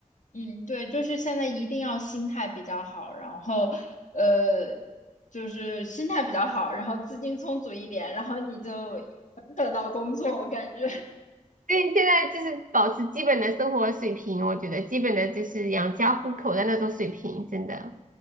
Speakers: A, on the left; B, on the right.
A: 嗯，对，就是现在一定要心态比较好，然后呃，就是心态比较好，然后资金充足一点，然后你就能等到工作，我感觉。
B: 对，现在就是保持基本的生活水平，我觉得基本的就是养家糊口的那种水平，真的。